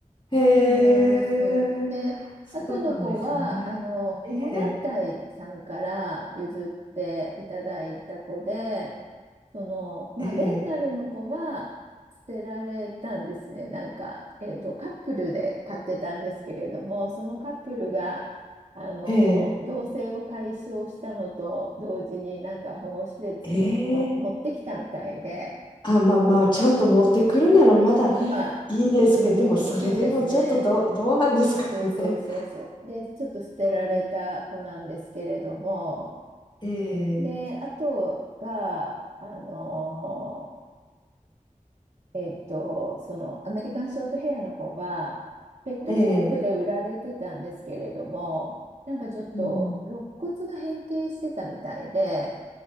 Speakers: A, on the left; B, on the right.
A: へえ、
B: そうなんです。で、
A: そうなんですね。
B: あとの子は、あの、保護団体さんから譲っていただいた子で、
A: ええ、
B: その、まあ、
A: ええ、
B: ベンガルの子は捨てられたんですね。なんか、えっと、カップルで飼ってたんですけれども、そのカップルが、あの、
A: ええ、
B: 同棲を解消したのと同時に、なんか保護施設にも持ってきたみたいで、
A: ええあ、まあまあ、ちゃんと持ってくるならまだ
B: まあ、
A: いいですけど、
B: うん、
A: でもそれでもちょっとどう、
B: そうですね。
A: どうなんですかね。
B: そうそうそうそう。で、ちょっと捨てられた子なんですけれども、
A: <laughs> うんええ
B: で、あとが、あのえっと、そのアメリカンショートヘアの子は、ペットショップで売られてたんですけれども、
A: ええ
B: なんかちょっと肋骨が変形してたみたいで、
A: うん。